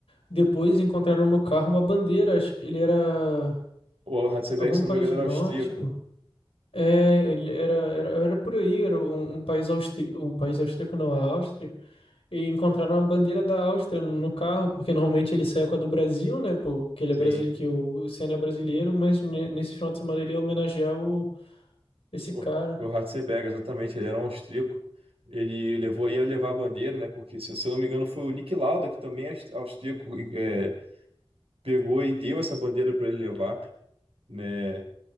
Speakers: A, on the left; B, on the right.
A: depois encontraram no carro uma bandeira, acho que ele era
B: O Ratzenberger,
A: algum
B: se eu
A: país
B: não me engano,
A: nórdico.
B: era austríaco.
A: É, ele era, era, era por aí, era um, um país austríaco, um país austríaco não, a Áustria, e encontraram a bandeira da Áustria no carro, porque normalmente ele sai com a do Brasil, né, pô, que ele
B: Sim,
A: é brasile que o Senna é brasileiro, mas ne- nesse final de semana ele ia homenagear o, esse
B: o,
A: cara.
B: o Ratzenberger, exatamente, ele era um austríaco. Ele levou, ia levar a bandeira, né? Porque, se, se eu não me engano, foi o Nick Lauda, que também é aus- austríaco, é, pegou e deu essa bandeira para ele levar. né?